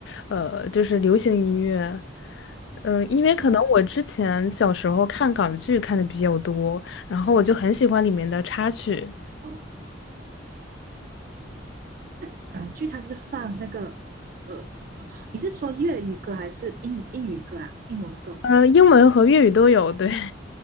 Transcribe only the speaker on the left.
呃，就是流行音乐。嗯，因为可能我之前小时候看港剧看的比较多，
然后我就很喜欢里面的插曲，
呃，英文和粤语都有。对，